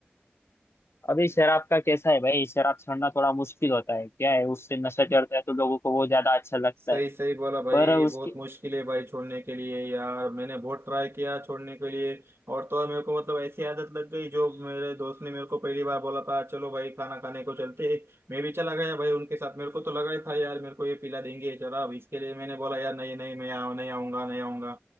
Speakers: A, on the left; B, on the right.
A: अभी शराब का कैसा है भाई शराब छोड़ना थोड़ा मुश्किल होता है क्या है उससे नशा चढ़ता है तो लोगों को वो ज्यादा अच्छा लगता
B: सही
A: है
B: सही बोला भाई
A: पर उसकी
B: बहुत मुश्किल है भाई छोड़ने के लिए यार मैंने बहुत ट्राई किया छोड़ने के लिए और तो और मेरे को मतलब ऐसी आदत लग गई जो मेरे दोस्त ने मेरे को पहली बार बोला था चलो भाई खाना खाने को चलते हैं।" मैं भी चला गया भाई उनके साथ मेरे को तो लगा ही था यार मेरे को ये पिला देंगे जरा अब इसके लिए मैंने बोला यार नहीं नहीं मैं आऊ नहीं आऊंगा नहीं आऊंगा